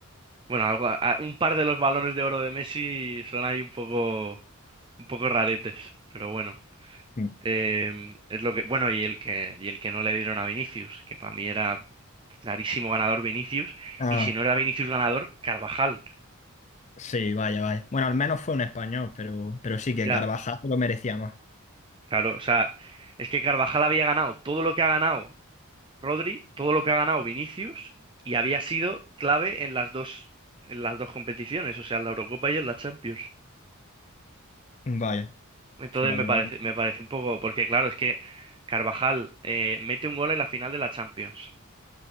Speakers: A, on the right; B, on the left.
A: bueno, algo- a- un par de los balones de oro de Messi son ahí un poco, un poco raretes, pero bueno,
B: mm.
A: Em, es lo que, bueno, y el que, y el que no le dieron a Vinicius, que para mí era clarísimo ganador Vinicius,
B: Ah,
A: y si no era Vinicius ganador, Carvajal.
B: sí, vaya, vaya. Bueno, al menos fue un español, pero, pero sí
A: Ya,
B: que Carvajal lo merecía más.
A: claro, o sea, es que Carvajal había ganado todo lo que ha ganado Rodri, todo lo que ha ganado Vinicius y había sido clave en las dos, en las dos competiciones, o sea, en la Eurocopa y en la Champions.
B: Vaya,
A: Entonces
B: sí, la
A: me
B: verdad
A: parece,
B: que sí.
A: me parece un poco, porque claro, es que Carvajal eh, mete un gol en la final de la Champions.